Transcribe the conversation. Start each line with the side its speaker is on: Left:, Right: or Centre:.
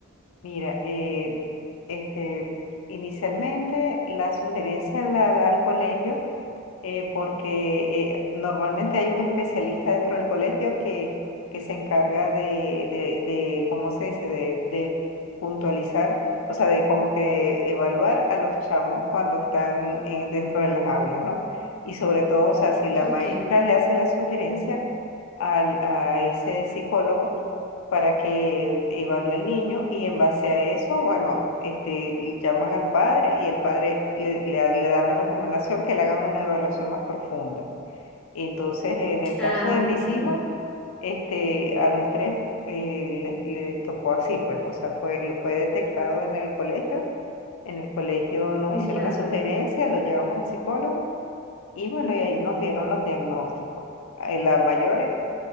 Left: Mira, eh, este, inicialmente la sugerencia la da el colegio eh, porque eh, normalmente hay un especialista dentro del colegio que, que se encarga de, de, de, ¿cómo se dice?, de, de puntualizar, o sea, de como que evaluar a los chamos cuando están eh, dentro de las aulas, ¿no? Y sobre todo, o sea, si la
Centre: Ok,
Left: maestra le hace la sugerencia al, a ese psicólogo, para que evalúe el niño y en base a eso, bueno, este, llaman al padre y el padre le, le, le dan la recomendación que le hagan una evaluación más profunda. Entonces, en el
Centre: ah,
Left: caso de
Centre: ok,
Left: mis hijos, este, a los tres eh, les, les tocó así, pues, o sea, fue, lo fue detectado en el colegio. En el colegio nos
Centre: ya.
Left: hicieron la sugerencia, lo llevamos al psicólogo y bueno, y ahí nos dieron los diagnósticos. Eh, La mayores,